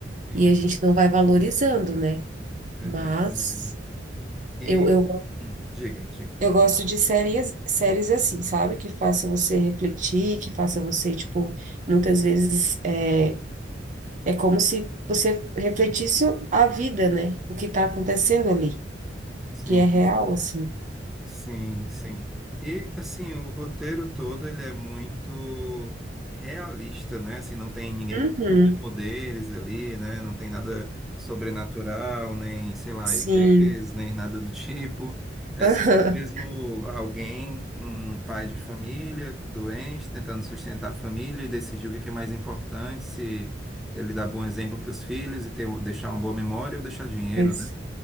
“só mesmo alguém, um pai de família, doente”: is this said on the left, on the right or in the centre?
Centre